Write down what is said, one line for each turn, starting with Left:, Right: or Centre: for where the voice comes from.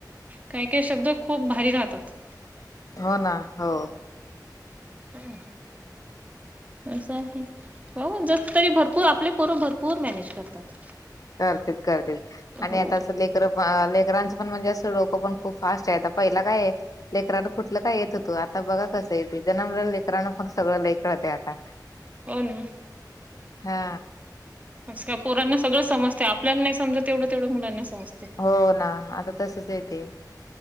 Right: काही काही शब्द खूप भारी राहतात.
Left: हो ना हो.
Right: काय ना. असं आहे हो जस तरी भरपूर आपले पोर भरपूर मॅनेज करतात.
Left: करतेत करतेत आणि
Right: हो.
Left: आता
Right: हो
Left: असं लेख लेकरांचं पण म्हणजे असं डोकं पण खूप फास्ट आहे आता पहिला काय आहे. लेकररानं कुठलं काय येत होतं आता बघा कसं येत जन्मले लेकरानं पण सगळं कळतंय आता.
Right: हो ना.
Left: हा
Right: काय पोरांना सगळं समजते आपल्याला नाही समजत तेवढं तेवढं मुलांना समजते
Left: हो ना आता तसच येते